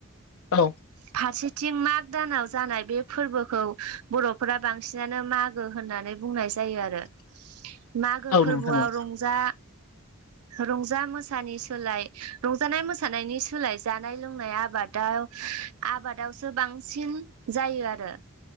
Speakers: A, on the left (about 75°); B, on the right (about 80°).
A: औ
B: फारसेथिं माग दानाव जानाय बे फोरबोखौ बर'फोरा बांसिनानो माग गो होननानै बुंनाय जायो आरो
A: <inaudible>
B: मागो फोरबोआव
A: नोंथां औ
B: रंजा रंजा मोसानि सोलाय रंजानाय मोसानायनि सोलाय जानाय लोंनाय आबाद दा आबादावसो बांसिन जायो आरो।